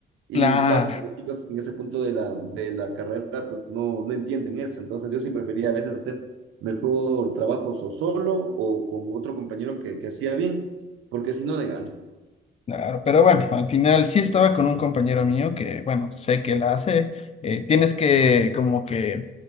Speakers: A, on the right; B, on the left.
A: Y
B: Claro.
A: claro, los chicos en ese punto de la, de la carrera pues no, no entienden eso. Entonces yo sí prefería a veces hacer mejor trabajos o solo o con otro compañero que, que hacía bien, porque si no de gana.
B: Claro, pero bueno, al final sí estaba con un compañero mío que, bueno, sé que la hace. eh, tienes que como que